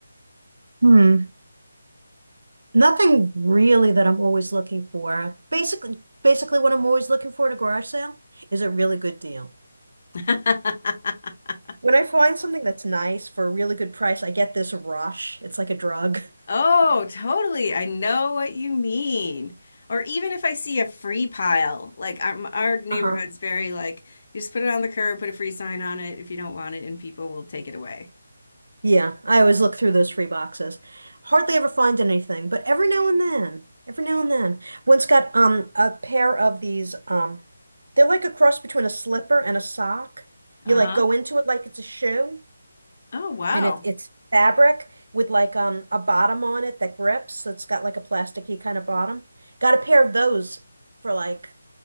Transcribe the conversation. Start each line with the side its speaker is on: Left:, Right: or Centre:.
Right: Hmm. Nothing really that I'm always looking for. Basically, basically what I'm always looking for at a garage sale is a really good deal.
Left: <laughs>
Right: When I find something that's nice for a really good price, I get this rush. It's like a drug. <laughs>
Left: Oh, totally. I know what you mean. Or even if I see a free pile, like um, our neighborhood's
Right: Uh-huh.
Left: very like, you just put it on the curb, put a free sign on it if you don't want it, and people will take it away.
Right: Yeah, I always look through those free boxes. Hardly ever find anything, but every now and then, every now and then, once got um a pair of these um they're like a cross between a slipper and a sock. You
Left: Uh-huh.
Right: like go into it like it's a shoe
Left: Oh, wow.
Right: and it, it's fabric with like um a bottom on it that grips, so it's got like a plasticky kind of bottom. Got a pair of those for like